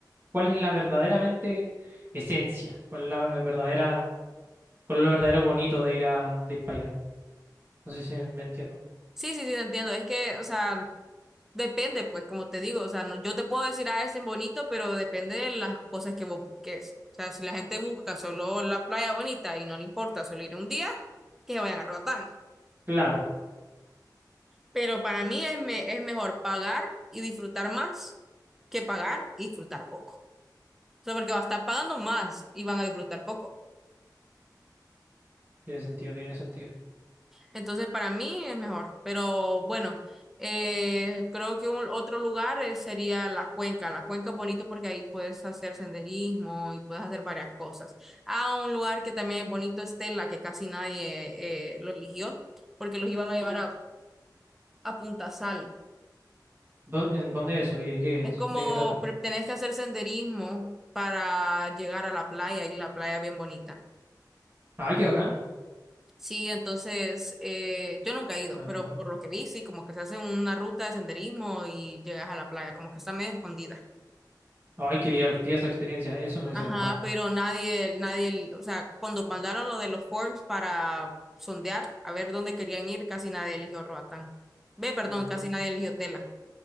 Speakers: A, on the right; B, in the centre.
A: ¿Cuál es la verdaderamente esencia? ¿Cuál es la verdadera ¿Cuál es lo verdadero bonito de ir a, de ir para allá? No sé si me entiendo.
B: Sí, sí, sí, te entiendo. Es que, o sea, Depende, pues, como te digo, o sea, no- yo te puedo decir, ah, es en bonito, pero depende de las cosas que vos busques. O sea, si la gente busca solo la playa bonita y no le importa solo ir un día, que se vayan a Roatán.
A: Claro.
B: Pero para mí es, me- es mejor pagar y disfrutar más que pagar y disfrutar poco. O sea, porque vas a estar pagando más y van a disfrutar poco.
A: Tiene sentido, tiene sentido.
B: Entonces, para mí es mejor. Pero bueno, eh, creo que un- otro lugar eh, sería la cuenca. La cuenca es bonito porque ahí puedes hacer senderismo y puedes hacer varias cosas. Ah, un lugar que también es bonito es Tela, que casi nadie eh, lo eligió porque los iban a llevar a, a Punta Sal.
A: ¿Dó- ¿En dónde es eso y de qué
B: Es
A: es?
B: como
A: ¿De qué trata?
B: pre- tenés que hacer senderismo para llegar a la playa y la playa es bien bonita.
A: Ay, qué bacán.
B: Sí, entonces eh, yo nunca he ido,
A: Bla,
B: pero por lo que vi, sí, como que se hace una ruta de senderismo y llegas a la playa, como que está medio escondida.
A: Ay, qué divertida esa experiencia. Eso me hubiese
B: Ajá,
A: gustado.
B: pero nadie, nadie, o sea, cuando mandaron lo de los forms para sondear a ver dónde querían ir, casi nadie eligió Roatán. Ve, perdón,
A: Mm.
B: casi nadie eligió Tela.